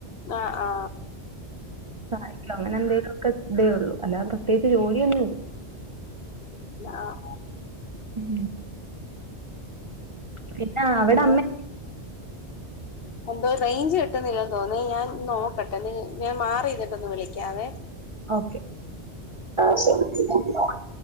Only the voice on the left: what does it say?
അ ആ
ആഹ്
ഒന്ന്
എന്തോ റയ്ഞ്ച് കിട്ടുന്നില്ല എന്ന് തോന്നു ഞാൻ നോക്കട്ടെ നീ ഞാൻ മാറി ഇരുന്നിട്ട് ഒന്ന് വിളിക്കാവേ